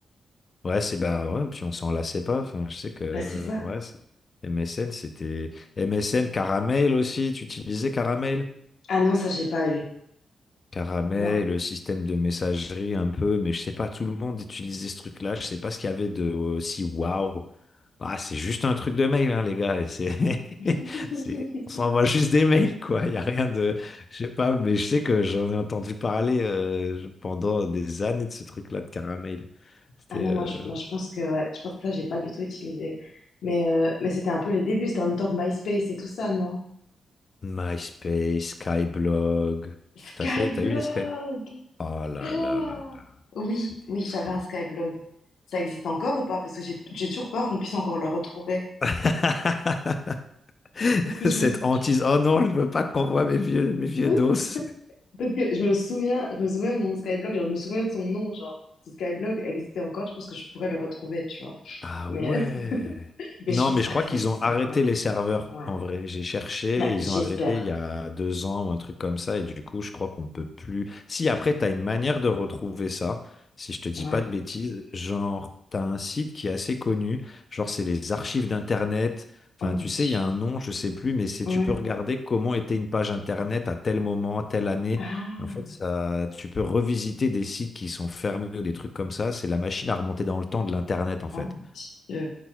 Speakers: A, on the left; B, on the left.
A: Ouais, c'est bah ouais, puis on s'en lassait pas. Enfin, je sais que euh,
B: Bah, c'est ça.
A: ouais, c'est- MSN, c'était. MSN, Caramel aussi, tu utilisais Caramel?
B: Ah non, ça, j'ai pas eu.
A: Caramel,
B: Non.
A: le système de messagerie un peu, mais je sais pas, tout le monde utilisait ce truc-là. Je sais pas ce qu'il y avait de aussi waouh. Ah, c'est juste un truc de mail, hein, les gars. et C'est, <laughs>
B: <laughs>
A: c'est, on s'envoie juste des mails, quoi. Il y a rien de, je sais pas, mais je sais que j'en ai entendu parler euh, pendant des années de ce truc-là de Caramel. C'était
B: Ah non, moi,
A: euh,
B: je, moi, je pense que, ouais, je pense que ça, j'ai pas du tout utilisé. Mais, euh, mais c'était un peu les débuts. C'était en même temps que MySpace et tout ça, non?
A: MySpace, Skyblog.
B: Skyblog!
A: T'as fait, t'as eu les Sky? Oh là
B: Ah
A: là là là,
B: oui,
A: c'était
B: oui, j'avais
A: fou.
B: un Skyblog. Ça existe encore ou pas? Parce que j'ai j'ai toujours peur qu'on puisse encore le retrouver.
A: <laughs> <laughs>
B: Parce que je
A: Cette
B: me... sou-
A: hantise. Oh non, je veux pas qu'on voit mes vieux, mes vieux
B: <laughs>
A: dos.
B: Parce que je me souviens, je me souviens de mon Skyblog, genre, je me souviens de son nom, genre, si Skyblog existait encore, je pense que je pourrais le retrouver, tu vois.
A: Ah
B: Mais,
A: ouais.
B: <laughs> mais
A: Non,
B: je pense
A: mais
B: pas
A: je crois
B: que ça
A: qu'ils
B: existe
A: ont arrêté
B: encore.
A: les serveurs,
B: Ouais.
A: en vrai. J'ai cherché,
B: Bah,
A: et ils
B: j'espère.
A: ont arrêté il y a deux ans ou un truc comme ça, et du coup, je crois qu'on peut plus. Si après, tu as une manière de retrouver ça, si je te dis
B: Ouais.
A: pas de bêtises, genre, tu as un site qui est assez connu, genre, c'est les archives d'Internet. Enfin,
B: Oh mon
A: tu
B: Dieu.
A: sais, il y a un nom, je sais plus, mais c'est
B: Ouais.
A: tu peux regarder comment était une page Internet à tel moment, à telle année.
B: Ah,
A: En fait, ça, tu peux revisiter des sites qui sont fermés ou des trucs comme ça. C'est la machine à remonter dans le temps de l'Internet, en fait.
B: oh mon Dieu.